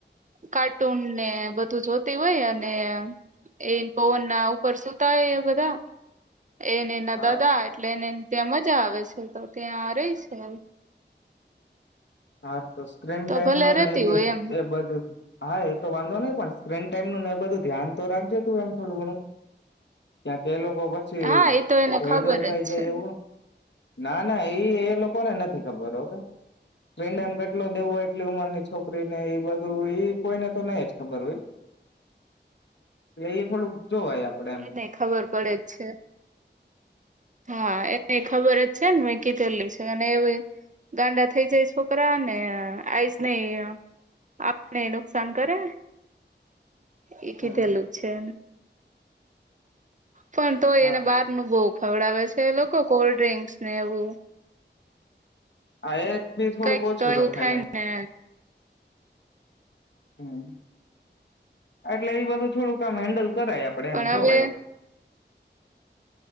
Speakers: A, on the right; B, on the left.
A: કાર્ટૂન ને બધું જોતી હોય અને એ પવન ના ઉપર સુતા હોય એ બધા એન એના
B: હા
A: દાદા એટલે એને તેમજ જા આવે છે તો ત્યાં રહી છે.
B: હા તો સ્ક્રીન
A: તો
B: ટાઈમ
A: ભલે
B: નો
A: રેતી
B: ને એ બે
A: હોય
B: એ
A: એમ
B: બધું. હા એ તો વાંધો નહી પણ સ્ક્રીન ટાઈમ નુને એ બધું ધ્યાન તો રાખજો તું એમ થોડું ઘણું ક્યાં કે એ લોકો તો પછી
A: હા એ તો એને ખબર
B: થઈ
A: જ
B: જાય
A: છે
B: એવું હ ના-ના એ એ લોકોને નથી ખબર ઓકે. પ્રિનેમ કેટલો દેવું હોય. કેટલી ઉંમર ની છોકરી ને એ બધુ. એ કોઈને તો નહી જ ખબર હોય <inaudible> એ થોડુંક જોવાય આપડે એમ
A: એ નેય ખબર પડે જ છે. હા. એને ખબર જ છે ને મેં કીધેલી છે. અને એ ગાંડા થઈ જાય છોકરા ને અ આઈસ નેય આંખને નુકસાન કરે. એ કીધેલું
B: હમ
A: છે. પણ, તોય
B: હા
A: એને બહાર
B: તો
A: નું બોવ. ખવડાવે છે એ લોકો કોલ્ડ ડ્રિંક્સ ને એવું.
B: હા. એ બી થોડુંક
A: કઈક
B: ઓછું
A: તો એવું
B: રખાય
A: થાય
B: એમ.
A: ને
B: હમ. એટલે એ બધું થોડુંક આામ હેન્ડલ કરાય આપડે,
A: પણ
B: એમ જો
A: હવે
B: ભાઈ